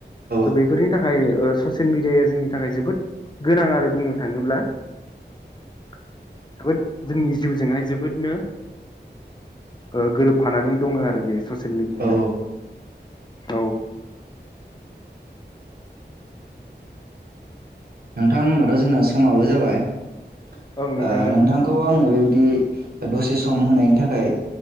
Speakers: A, on the left (about 25°); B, on the right (about 55°).
A: स'
B: औ
A: बेफोरनि था खाय ओ ससेल मिडियाया जोंनि थाखाय जोबोद। गोनां आरो बुंनो थाङोब्ला जोबोद जोंनि जिउजोंहाय जोबोदनो ओ गोरोबफानानै दङो आरो बेयो ससेल मिडियाया।
B: औ
A: औ।
B: नोंथां होनबाथ' जोंना समाबो जाबाय ओ
A: औ नोंथां ओं
B: नोंथांखौ आंनो बेबाय दि दसे सम होनायनि थाखाय